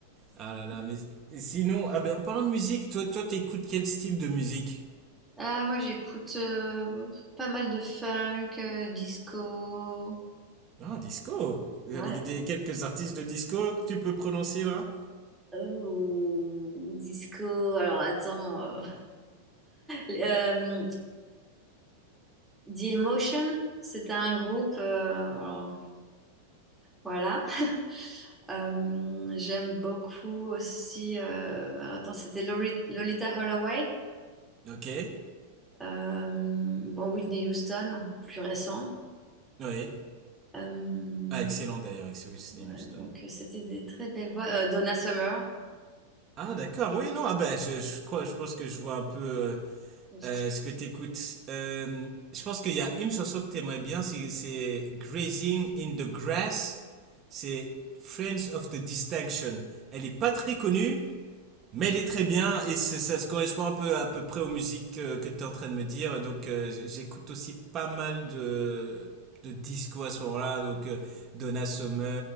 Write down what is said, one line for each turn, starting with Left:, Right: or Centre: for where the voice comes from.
Right: Ah là là, mais sinon, ah ben en parlant de musique, toi, toi t'écoutes quel style de musique?
Centre: Ah, moi j'écoute euh, pas mal de funk, euh, disco.
Right: Ah, disco.
Centre: Ouais.
Right: Vous avez des- quelques artistes de disco que tu peux prononcer là?
Centre: Oh, disco. Alors attends. euh, euh, The Emotion, c'était un groupe. euh, alors, voilà. Euh, j'aime beaucoup aussi. euh, alors, attends, c'était Lori- Lolita Holloway.
Right: Ok.
Centre: Euh, bon, Whitney Houston, plus récent.
Right: Oui.
Centre: Euh,
Right: Ah, excellent d'ailleurs, avec Whitney
Centre: ouais,
Right: Houston.
Centre: donc c'était des très belles voix. Euh, Donna Summer
Right: Ah, d'accord. Oui, non. Ah, ben, je, je crois, je pense que je vois un peu euh,
Centre: aussi.
Right: euh, ce que tu écoutes. je pense qu'il y a une chanson que tu aimerais bien, c'est c'est Grazing in the Grass. C'est Friends of the Distinction. Elle est pas très connue, Mais elle est très bien et c'est- ça se correspond un peu à peu près aux musiques euh, que tu es en train de me dire. Donc euh, j'écoute aussi pas mal de, de disco à ce moment-là. Donc euh, Donna Summer.